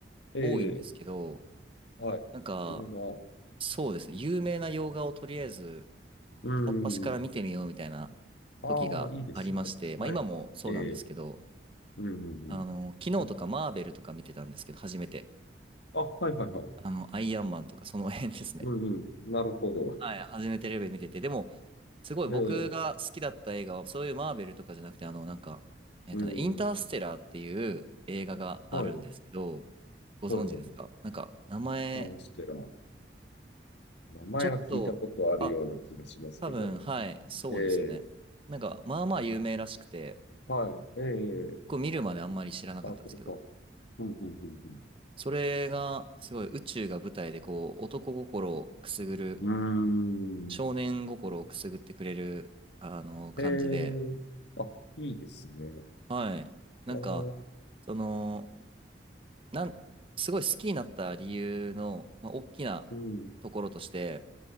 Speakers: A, on the left; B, on the right.
A: ええ
B: 多いんですけど、
A: はい。
B: なんか、
A: 洋画。
B: そうですね、有名な洋画をとりあえず
A: うん。
B: 片っ端から見てみようみたいな
A: ああ、
B: 時がありまして、
A: いいですね。はい。
B: まあ今もそうなんですけど、
A: ええうんうんうん。
B: あの、昨日とかマーベルとか見てたんですけど、
A: なんか、
B: 初めて。
A: あ、はいはいはい。
B: あの、アイアンマンとかその辺ですね。
A: うんうん。なるほど。
B: はい、初めてレベル見てて、でも、すごい僕が好きだった映画は、
A: ええ、
B: そういうマーベルとかじゃなくて、あの、なんか、えっとね、
A: うん。
B: インターステラーっていう映画があるんですけど、
A: はい。
B: ご存知ですかなんか、
A: はいはいはい。
B: 名前、
A: ニターンステラー。名前は聞いたことあるような気がしますけど。
B: ちょっと、あ、多分、はい、そうですね。
A: ええ、
B: なんか、まあまあ有名らしくて、
A: はい。ええ、
B: こう見るまであんまり知らなかったんですけど、
A: あ、これか。うんうんうん
B: それが、すごい宇宙が舞台で、こう、男心をくすぐる、
A: うん。
B: 少年心をくすぐってくれる、
A: うーん。
B: あの、感じで、
A: ええ、あ、いいですね。
B: はい。なんか、
A: あー、
B: その、なん、すごい好きになった理由の、まあ、大きなところとして、
A: うん。